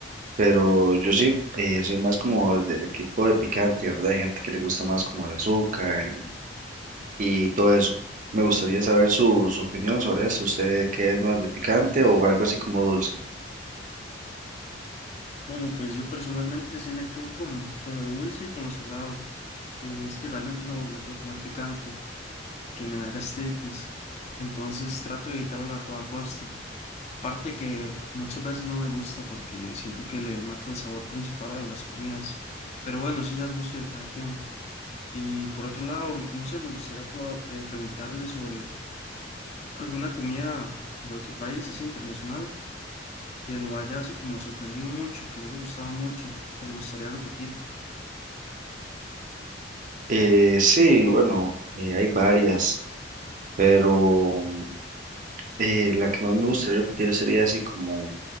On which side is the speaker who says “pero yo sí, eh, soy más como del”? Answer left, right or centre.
Right